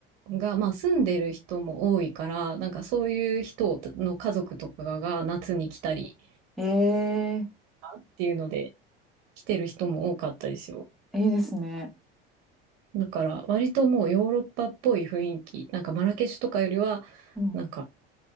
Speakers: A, on the right; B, in the centre.
A: が、まあ住んでる人も多いから、なんかそういう人の家族とかが夏に来たり
B: え
A: っていうので来てる人も多かったですよ。
B: えいいですね。
A: だから割ともうヨーロッパっぽい雰囲気、なんかマラケシュとかよりは、
B: うん。
A: なんか